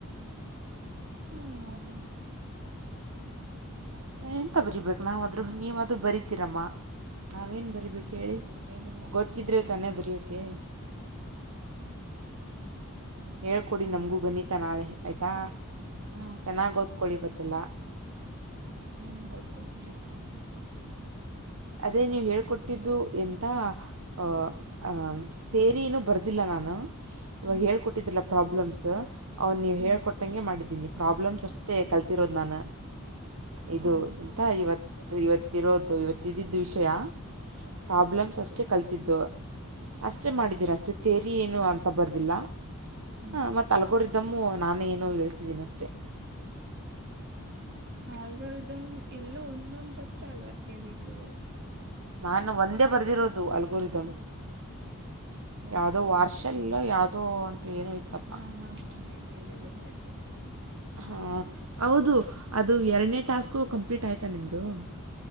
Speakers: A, on the right; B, on the right.
A: ಹ್ಮ್ ಹಾ
B: ಎಂತ ಬರಿೀಬೇಕು ನಾವಾದ್ರೂ ನೀವ್ರರು ಬರಿತೀರಮ್ಮ ನಾವೇನು ಬರಿಬೇಕು
A: ಹ್ಮ್
B: ಹೇಳಿ
A: ಏನಿಲ್ಲ
B: ಗೊತ್ತಿದ್ರೆ
A: ಸುಮ್ನಿರಿ
B: ತಾನೇ ಬರೋಕೆ ಹೇಳ್ಕೊಡಿ ನಮಗೂ ಗಣಿತ ನಾಳೆ ಆಯಿತಾ
A: ಹಾ
B: ಚೆನ್ನಾಗಿ ಓದ್ಕೊಳ್ಳಿ ಗೊತ್ತಿಲ್ಲ
A: ಹ್ಮ್ ಹದ್ಕಂತನಿದಕಂತ
B: ಅದೇ ನೀವು ಹೇಳ್ಕೊಟ್ಟ ಎದ್ದಿದ್ದು ಎಂತ ಅ ಅ ತೇರಿ ಇನೂ ಬರೆದಿಲ್ಲ ನಾನು. <inaudible> ಇವಾಗ
A: ಹ್ಮ್
B: ಹೇಳ್ಕೊಟ್ಟಿದ್ರಿಲ್ಲ ಪ್ರಾಬ್ಲಮ್ಸ ಅವನ ನೀವು
A: ಹ್ಮ್
B: ಹೇಳ್ಕೊಟ್ಟಂಗೆ ಮಾಡಿದೀನಿ. ಪ್ರಾಬ್ಲಮ್ಸ ಅಷ್ಟೇ ಕಲ್ತಿರೋದು ನಾನ. ಇದು
A: ಹ್ಮ್
B: ಎಂತ ಇವತ್ತ ಇವತ್ತ ಇರೋದು ಇವತ್ತ ಇದಿದ್ದ ವಿಷಯಾ ಪ್ರಾಬ್ಲಮ್ಸ ಅಷ್ಟೇ ಕಲಿತಿದ್ದು.
A: ಹ್ಮ್ ಹ್ಮ್
B: ಅಷ್ಟೇ ಮಾಡಿದ್ದೀರ ಅಷ್ಟೇ ತೆರಿ ಏನು ಅಂತ ಬರ್ದಿಲ್ಲ.
A: ಹ್ಮ್
B: ಹಾ ಮತ್ತ ಅಲ್ಕೋರಿದ್ದಮ್ಮ ನಾನ ಇನ್ನು ಹೇಳಿಸಿದಿನಿ ಅಷ್ಟೇ.
A: ಆಲಗೊರಿದಮ್ ಎಲ್ಲೋ ಒಂದೊಂದ ತತ್ರ ಅಲ್ವಾ ಕೇಳಿದ್ದು.
B: ನಾನು ಒಂದೇ ಬರೆದಿರೋದು ಅಲಬುರಿದಮ್,
A: ಹೌದಾ
B: ಯಾವುದೋ ವಾರ್ಷಲ್ಲ ಯಾವುದೋ ಅಂತ ಏನು ಇತ್ತಪ್ಪ
A: ಹಾ ಹಾ ಹಾ ಹೇಳಿ ಹೇಳಿ ಗೊತ್ತ. <inaudible> ಆಯ್ತು. <inaudible>
B: ಹಾ ಹೌದು ಅದು ಎರಡನೇ ಟಾಸ್ಕು ಕಂಪ್ಲೀಟ ಆಯ್ತು ನಿಮ್ಮದು. <inaudible>